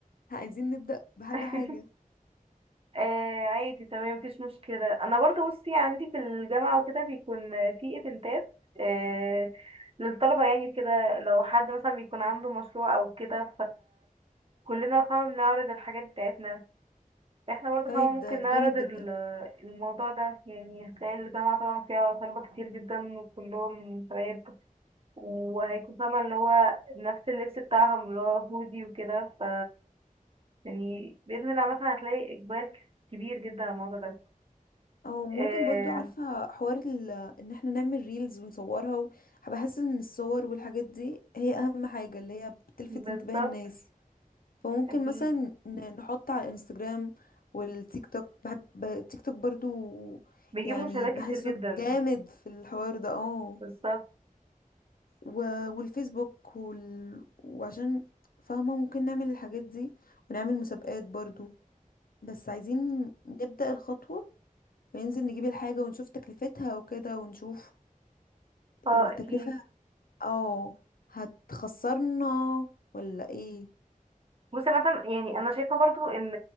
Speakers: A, on the left; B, on the right.
A: عايزين نبدأ بحاجة
B: <laughs>
A: حاجة
B: آه عادي تمام مفيش مشكلة أنا برضو بصي عندي في الجامعة وكده بيكون آه، في ايفنتات آه للطلبة يعني كده لو حد مثلا بيكون عنده مشروع أو كده كلنا طبعا بنعرض الحاجات بتاعتنا احنا برضه
A: طيب
B: طبعا ممكن
A: ده
B: نعرض
A: جامد جدا
B: ال- الموضوع ده يعني هتلاقي الجامعة طبعا فيها طلبة كتير جدا وكلهم شباب وهيكون فاهمة اللي هو نفس اللبس بتاعهم اللي هو هودي وكده ف يعني بإذن الله مثلا هتلاقي إقبال كبير جدا على الموضوع ده
A: او ممكن
B: آه
A: برضو عارفة حوار ال- ان احنا نعمل ريلز ونصورها و- بحس ان الصور والحاجات دي هي اهم حاجة اللي هي بتلفت
B: بالظبط
A: انتباه الناس فممكن
B: أكيد
A: مثلا ن- نحط على الانستجرام والتيك توك بحب ب- التيك توك برضو
B: بيجيب
A: يعني
B: مشاهدات
A: بحسه
B: كتير جدا
A: جامد في الحوار ده اه
B: بالظبط
A: و- والفيسبوك وال... وعشان فاهمة ممكن نعمل الحاجات دي ونعمل مسابقات برضو بس عايزين نبدأ الخطوة وننزل نجيب الحاجة ونشوف تكلفتها وكده ونشوف
B: اه
A: التكلفة
B: أكيد
A: اه هتخسرنا ولا ايه
B: بصي مثلا يعني انا شايفه برضو ان